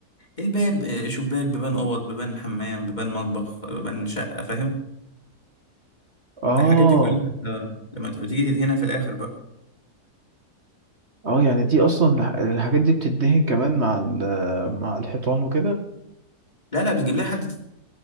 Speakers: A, on the left (about 25°); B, on the right (about 45°).
A: الباب آه، شباك بيبان اوض بيبان حمام بيبان مطبخ آه، بيبان شقه فاهم
B: اه
A: الحاجات دي كلها انت لما تبقى بتيجي تدهنها في الاخر بقى
B: اه يعني دي اصلا الح- الحاجات دي بتدهن كمان مع ال- مع الحيطان وكده
A: لا لا بتجيب لها حد